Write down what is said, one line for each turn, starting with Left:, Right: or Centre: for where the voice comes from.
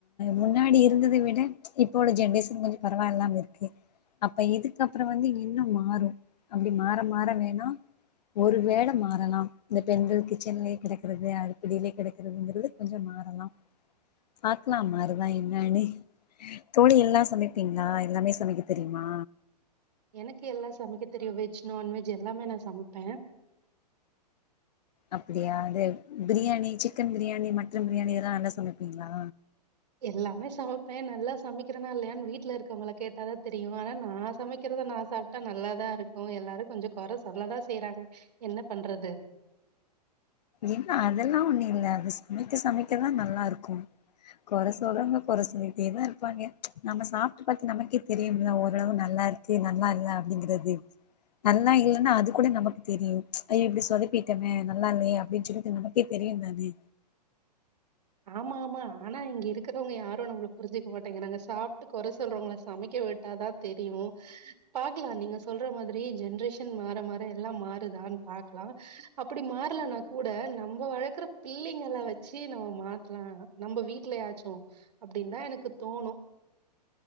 Left: முன்னாடி இருந்தத விட இப்போவுள்ள ஜென்ரேஷன் கொஞ்சோ பரவாயில்லாம இருக்கு அப்ப இதுக்கு அப்புறோ வந்து இன்னு மாறு அப்டி மாற மாற வேணா ஒரு வேல மாறலா இந்த பெண்கள் கிச்சன்லே கிடக்றது அடிப்படியிலயே கிடக்கறதுங்கிறது கொஞ்சோ மாறலா பாக்லாம் மாறுதா என்னண்ணி தோழி எல்லா சமைப்பீங்களா எல்லாமே சமைக்க தெரியுமா
Right: எனக்கு எல்லா சமைக்க தெரியு வெஜ் நான்வெஜ் எல்லாமே நா சமப்பே
Left: அப்டியா இது பிரியாணி சிக்கன் பிரியாணி மட்டன் பிரியாணி இதெல்லா நல்லா செமப்பீங்களா
Right: எல்லாமே சமப்பே நல்லா சமைக்கிறனா இல்லையான்னு வீட்ல இருக்கவங்கள கேட்டாதா தெரியு ஆனா நா சமைக்கிறத நா சாப் ப்டா நல்லாதா இருக்கு எல்லாரு கொஞ்சோ கொற சொல்லதா செய்றாங்க என்ன பண்றது
Left: இன்னா அதெல்லா ஒண்ணு இல்ல அது சமைக்க சமைக்கதா நல்லா இருக்கு கொறசுல்ரவுங்க கொறசொல்லிடே தா இருப்பாங்க நம்ம சாப்ட்டு பாத்து நமக்கே தெரியும்ல ஓரளவு நல்லா இருக் கு நல்லா இல்ல அப்படிங்கறது நல்லா இல்லென்னா அது கூட நமக்கு தெரியு அயோ இப்டி சொதப்பிட்டமே நல்லா இல்லயே அப்டின்னு சொல்லிட்டு நமக்கே தெரியு தானே
Right: ஆமா ஆமா ஆனா இங்க இருக்கிறவங்க யாரு நம்மள புரிஞ்சுக்க மாட்டேங்கறாங்க சாப்ட்டு கொற சொல்றவங்கள சமைக்க விட்டாதா தெரியு பாக்லா நீங்க சொல்ற மாதிரி ஜென்ரேஷன் மாற மாற எல்லா மாறுதான்னு பாக்லா அப்டி மாறலனா கூட நம்ம வள்கற பிள்ளைங்கல வச்சு நம்ம மாத்தலா நம்ம வீட்லயாச்சு அப்டின் தா எனக்கு தோணு